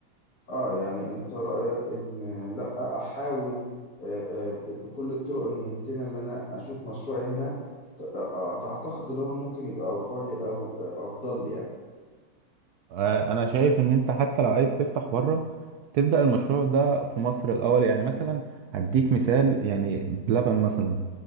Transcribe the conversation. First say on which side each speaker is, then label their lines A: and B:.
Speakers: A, on the left (about 45°); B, on the right (about 75°).
A: اه يعني انت رأيك ان لا احاول آه، آه، ب- بكل الطرق الممكنة اللي انا اشوف مشروعي هنا ت- آه، آه، تعتقد اللي هو ممكن يبقى اوفر لي او آه، افضل لي يعني
B: آه، انا شايف ان انت حتى لو عايز تفتح بره تبدأ المشروع ده في مصر الاول يعني مثلا هديك مثال يعني بلبن مثلا